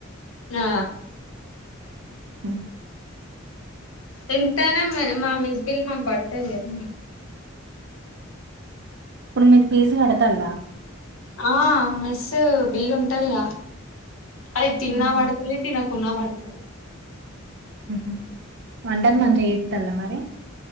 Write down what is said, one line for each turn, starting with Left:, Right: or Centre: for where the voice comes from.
Left: ఆ
Right: ఆ
Left: ఎంతైనా మా మెస్బిల్ మాకు పడతది కదా
Right: ఇప్పుడు మీరు ఫీస్ కడతాళ్ళ
Left: ఆ మెస్సు బిల్లు ఉంటదిగా అది తిన్నా
Right: ఆహా
Left: పడుతది తినకున్నా పడుతది
Right: హహ వంటలు మంచిగా చెత్తాల్లా మరి